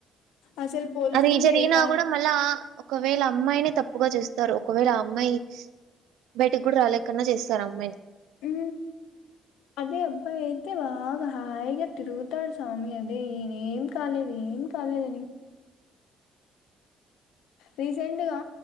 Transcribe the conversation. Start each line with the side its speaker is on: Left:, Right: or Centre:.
Left: అసలు పోల్చుకుంటే
Right: అది జరిగినా
Left: ఏ కాలం
Right: కూడా మళ్ళా ఒకవేళ అమ్మాయి తప్పు ఎక్కువగా చూస్తారు ఒకవేళ అమ్మాయి బయటకు కూడా రాలేకన్నా చేస్తారు అమ్మాయిని
Left: ఉ అదే అబ్బాయి అయితే బాగా హాయిగా తిరుగుతాడుస స్వామి అదే ఏం కాలేదు ఏం చాలేదని రీసెంట్గా